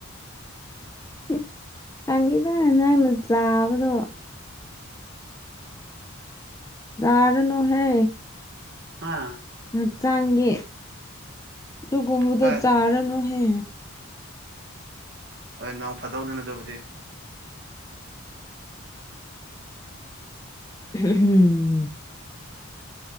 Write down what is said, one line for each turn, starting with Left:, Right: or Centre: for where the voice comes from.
Left: <unintelligible> ꯍꯪꯉꯤꯕ ꯅꯪꯅ ꯆꯥꯕꯗꯣ꯫ ꯆꯔꯨꯅꯣꯍꯦ꯫
Right: ꯑꯥ꯫
Left: ꯍꯛꯆꯥꯡꯒꯤ ꯑꯗꯨꯒꯨꯝꯕꯗꯨ
Right: ꯍꯣꯏ
Left: ꯆꯥꯔꯅꯨꯍꯦ꯫
Right: ꯍꯣꯏ ꯅꯣꯡ ꯐꯥꯗꯣꯛꯅꯤꯅ ꯑꯗꯨꯕꯨꯗꯤ꯫
Left: <unintelligible> ꯎꯝ